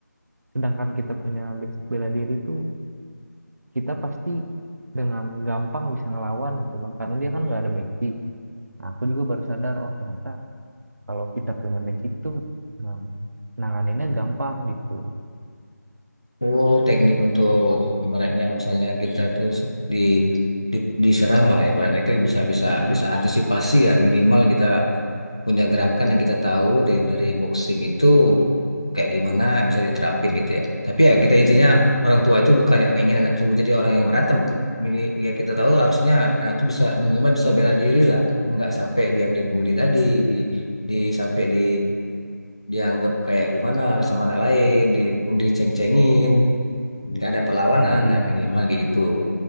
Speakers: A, on the right; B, on the left.
A: sedangkan kita punya basic bela diri itu kita pasti dengan gampang bisa ngelawan gitu bang karena dia kan nggak ada basic nah aku juga baru sadar oh ternyata kalau kita punya basic tuh nah, nanganinnya gampang gitu
B: Oh, teknik untuk ibaratnya misalnya kita tuh di, di diserang lah ibaratnya itu bisa bisa
A: Mm-mm.
B: bisa antisipasi ya minimal kita punya gerakan yang kita tahu dari dari boxing itu kayak gimana bisa diterapin gitu ya. Tapi ya kita intinya
A: benar
B: orang tua itu bukan yang ingin anak tersebut jadi orang yang berantem. Mini, ya kita tahu harusnya anak tuh bisa minimal bisa bela diri lah, nggak sampai dia yang dibully tadi di di sampai di dianggap kayak gimana sama anak lain, di, diceng-cengin nggak ada perlawanan
A: nah iya
B: nah minimal kayak gitu